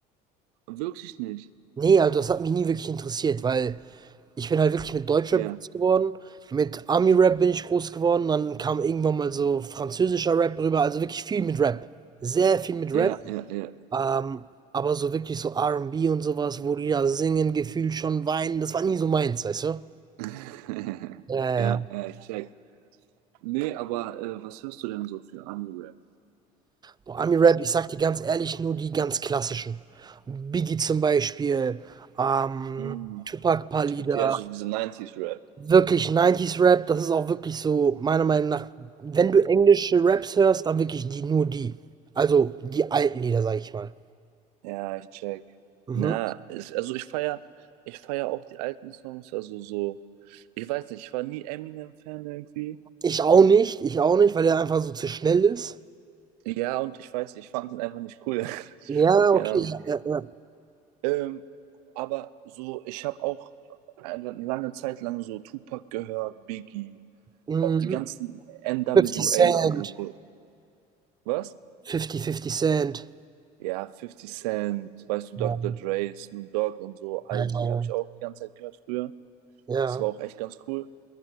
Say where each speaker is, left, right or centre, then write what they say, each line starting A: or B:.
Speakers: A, on the right; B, on the right.
A: wirklich nicht.
B: Nee, also das hat mich nie wirklich interessiert, weil ich bin halt wirklich mit Deutschrap
A: Ja,
B: groß geworden, mit Army-Rap bin ich groß geworden, dann kam irgendwann mal so französischer Rap rüber, also wirklich viel mit Rap. Sehr viel mit
A: ja,
B: Rap.
A: ja, ja.
B: Ähm, aber so wirklich so R&B und B und sowas, wo die da singen, Gefühl schon weinen, das war nie so meins, weißt du?
A: <laughs>
B: Ja, ja.
A: Ja,
B: ja.
A: äh, ich check. Nee, aber äh, was hörst du denn so für Ami-Rap?
B: Boah, Ami-Rap, ich sag dir ganz ehrlich, nur die ganz klassischen. Biggie zum Beispiel, ähm,
A: Hm.
B: Tupac, paar Lieder.
A: Okay, also diese 90 rap
B: Wirklich 90 rap das ist auch wirklich so, meiner Meinung nach, wenn du englische Raps hörst, dann wirklich die, nur die. Also die alten Lieder, sag ich mal.
A: Ja, ich check.
B: Mhm.
A: Na, ist, also ich feier, ich feier auch die alten Songs, also so, ich weiß nicht, ich war nie Eminem-Fan irgendwie.
B: Ich auch nicht, ich auch nicht, weil er einfach so zu schnell ist.
A: Ja, und ich weiß, ich fand ihn einfach nicht cool.
B: Ja,
A: <laughs> Keine
B: okay,
A: Ahnung.
B: ja, ja. ja.
A: Ähm, aber so, ich habe auch eine lange Zeit lang so Tupac gehört, Biggie,
B: Mhm.
A: auch die ganzen NWA,
B: Fifty Cent.
A: also so, was?
B: Fifty Fifty Cent.
A: Ja, Fifty Cent, weißt du, Dr.
B: Ja,
A: Dre, Snoop Dogg und so, all die
B: aber-
A: habe ich auch die ganze Zeit gehört früher.
B: Ja.
A: Es war auch echt ganz cool.